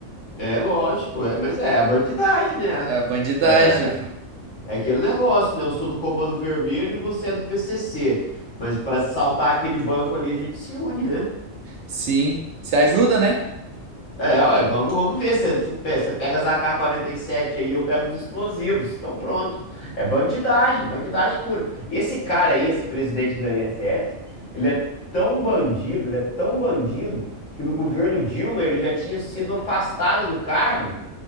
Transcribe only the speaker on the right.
É a bandidagem.
Sim, se ajuda, né?